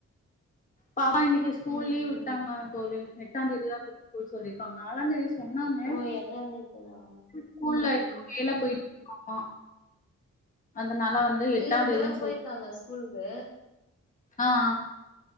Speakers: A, on the left; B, on the left.
A: பாப்பா இன்னைக்கு ஸ்கூல்
B: ம்
A: லீவ்
B: ம்
A: விட்டாங்களா தோழி எட்டாந்தேதிதா ஸ்கூல் சொல்லிருக்காங்க நாலாந்தேதி சொன்னாங்க
B: ஓ எட்டாந் தேதி தானா
A: ஸ்கூல்ல
B: ம்
A: எதோ
B: ம்
A: வேல போய்ட்டுருக்காமா அதனால வந்து எட்டாந்தேதினு
B: இல்ல இங்கெல்லா
A: சொல்
B: போயிருக்காங்க ஸ்கூலுக்கு
A: ஆனா